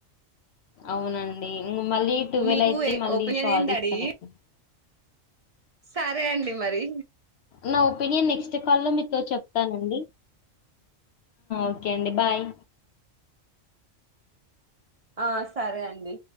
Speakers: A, on the left (about 65°); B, on the right (about 65°).
A: అవునండి అ మళ్ళీ టువెల్వ
B: మీకు
A: అయితే మళ్ళీ
B: ఒపీనియన్
A: కాలడేస్
B: ఏందండి
A: కనెక్
B: సరే అండి మరి
A: నా ఒపీనియన్ నెక్స్ట్ కాల్లో మీతో చెప్తానండి ఓకే అండి బాయ్
B: ఆ సరే అండి